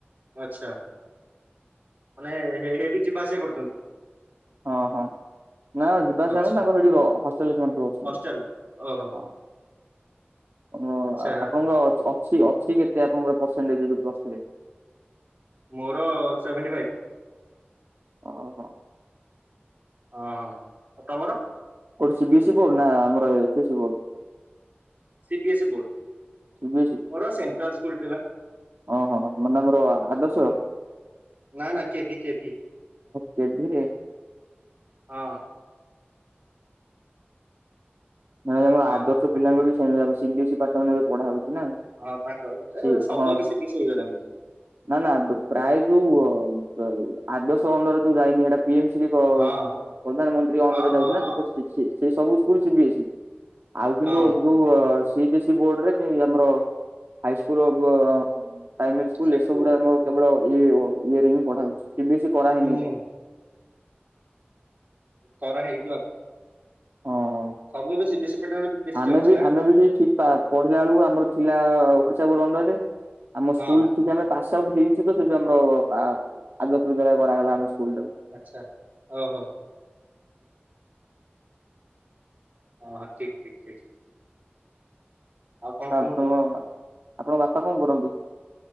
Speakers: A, on the right; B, on the right.
A: ଆଛା ମାନେ ଏଁ ହେଇଠୁ ଯିବା ଆସିବା କରୁଛନ୍ତି।
B: ହଁ ହଁ ନା ଯିବାସ
A: ଆଚ୍ଛା
B: ଆଣୁ ତାଙ୍କର ସେଠି ହଷ୍ଟେଲରେ ସେମାନେ ସବୁ ଅଛନ୍ତି।
A: ହଷ୍ଟେଲ ଓହୋ
B: ହଁ ଉଁ
A: ଆଚ୍ଛା
B: ଆପଣଙ୍କ ଅଛି ଅଛି କେତେ ଆପଣଙ୍କର ପରସେଣ୍ଟଜ ପ୍ଲସ ଥ୍ରୀ ରେ
A: ମୋର ସେଭେଣ୍ଟି ଫାଇଭ।
B: ଓହୋ।
A: ହଁ ହଁ ଆଉ ତମର?
B: କଉଠି ସିବି ଏସି ବୋର୍ଡ ନା ଆମର H AC board
A: ସିବିି AC board
B: C B
A: ମୋର ସେଣ୍ଟ୍ରାଲ ସ୍କୁଲ ଥିଲା।
B: ଓଁ ହଁ ମାନେ ଆମର ଆଦର୍ଶ।
A: ନା ନା କେଭିି କେଭିି
B: କେଭିରେ
A: ହଁ।
B: ନାଇ ଆମ ଆଦର୍ଶ
A: ହଁ ହଁ ହଁ
B: ପିଲାଙ୍କୁ ବି ସେମତି ସିବି ଏସି ପାର୍ଟନରରେ ପାଠ ବି ପଢା ହଉଛି ନା।
A: ହଁ ତାଙ୍କ
B: ସେ
A: ଏ ସବୁ
B: ହଁ
A: ଏଵେ ସିବି ଏସି ହେଇଗଲାଣି।
B: ନା ନା ପ୍ରାୟ ଯୋଉ ଆଦଶ ଅଣ୍ଡରରେ ଯୋ ଯାଇନି ଏଇଟା। ପି ଏମ ସି ବି
A: ହଁ
B: ପ୍ରଧାନମନ୍ତ୍ରୀ ଅଣ୍ଡରରେ
A: ହଁ
B: ଯାଉଚି
A: ହଁ
B: ନା।
A: ହଁ
B: ସେ ସବୁ <unintelligible> ଆଉ କିନ୍ତୁ
A: ହଁ
B: ଯୋଉ ସି ଏଚ ସି ବୋର୍ଡରେ କି ଆମର ହାଇସ୍କୁଲ ଅ ପ୍ରାଇମେରୀ ସ୍କୁଲ
A: ସେଠୁ
B: ଏସବୁରେ ଆମର କେବଳ ଇରେ ହିଁ ପଢା ହଉଛି। ସିବି ଏସ୍ଇ କରାହେଇନି
A: ହୁଁ।
B: ଏପଯ୍ୟନ୍ତ।
A: କରା ହେଇଯିବ।
B: ଏପର୍ଯ୍ୟନ୍ତ।
A: ସବୁ ଏବେ ବେଶୀ ପେଟରେ ବେଶୀ
B: ଆମେ
A: ଚାଲିଛି
B: ବି
A: ନା।
B: ଆମେ ବି ସେ ଠିକ୍ ପା ପଢିଲା ବେଳକୁ ଆମର ଥିଲା ଓଡିଶା ବୋଡ ଅଣ୍ଡରରେ। ଆମ
A: ହଁ।
B: ସ୍କୁଲ ଠିକ୍ ଆମେ ପାସ୍ ଆଉଟ୍ ହେଇଛି ତ ସେ ଯଉ ଆମର ଆ ଆଦର୍ଶ ବିଦ୍ୟାଳୟ କରାଗଲା ଆମ ସ୍କୁଲ ଟାକୁ।
A: ଆଚ୍ଛା ଓହୋ। ହଁ ହଁ ଠିକ୍ ଠିକ୍ ଠିକ୍। ଆଉ କଣ କୁହନ୍ତୁ?
B: ଆପଣ ଆପଣଙ୍କ ବାପା କଣ କରନ୍ତି?